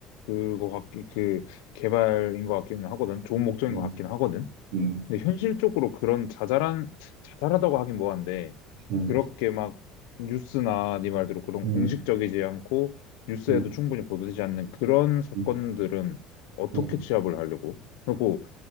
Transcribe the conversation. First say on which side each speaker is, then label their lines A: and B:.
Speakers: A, on the left; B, on the right.
A: 그거 같기, 그 개발인 것 같기는 하거든. 좋은 목적인
B: 음,
A: 것 같긴 하거든.
B: 음,
A: 근데 현실적으로 그런 자잘한, 자잘하다고 하긴 뭐한데,
B: 음,
A: 그렇게 막 뉴스나 네 말대로 그런
B: 음,
A: 공식적이지 않고, 뉴스에도
B: 음,
A: 충분히 보도되지 않는 그런 사건들은
B: 음,
A: 어떻게
B: 음.
A: 취합을 하려고? 그리고